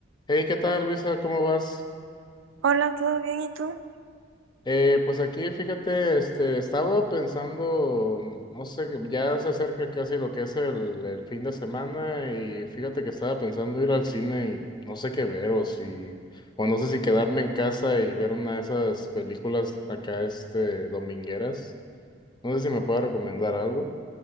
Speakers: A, on the left; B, on the right.
A: Hey, ¿qué tal, Luisa? ¿Cómo vas?
B: Hola, ¿todo bien? ¿Y tú?
A: Eh, pues aquí, fíjate, este, estaba pensando, no sé, que ya se acerca casi lo que es el, el fin de semana y fíjate que estaba pensando ir al cine y no sé qué ver o si, o no sé si quedarme en casa y ver una de esas películas acá, este, domingueras. No sé si me puede recomendar algo.